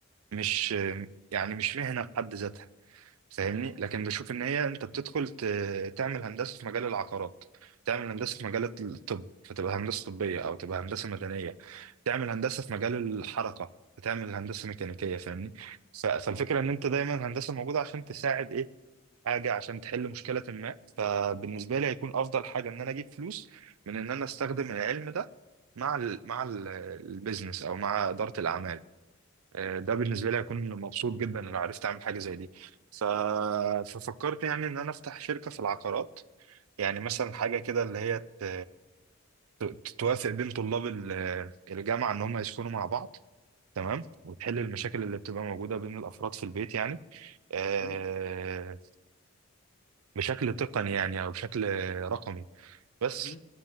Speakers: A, on the right; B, on the left.
A: مش آه، يعني مش مهنة بحد ذاتها فاهمني
B: اه
A: لكن بشوف ان هي انت بتدخل ت- تعمل هندسه في مجال العقارات تعمل هندسه في مجال الطب فتبقى هندسه طبيه او تبقى هندسه مدنيه تعمل هندسه في مجال الحركه فتعمل هندسه ميكانيكيه فاهمني ف- فالفكره
B: اه
A: ان انت دايما الهندسه موجوده عشان تساعد ايه حاجه عشان تحل مشكله ما فبالنسبه لي هيكون افضل حاجه ان انا اجيب فلوس من ان انا استخدم العلم ده مع ال مع ال- البيزنس او مع اداره الاعمال آه، ده بالنسبه
B: امم
A: لي هكون مبسوط جدا لو عرفت اعمل حاجه زي دي ف...
B: اه
A: ففكرت يعني ان انا افتح شركه في العقارات يعني مثلا حاجه كده اللي هي ت... ت- توافق بين طلاب ال- الجامعه ان هم يسكنوا مع بعض تمام وتحل المشاكل اللي بتبقى موجوده بين الافراد في البيت يعني آه،
B: مهم.
A: بشكل تقني يعني او بشكل رقمي بس
B: مهم.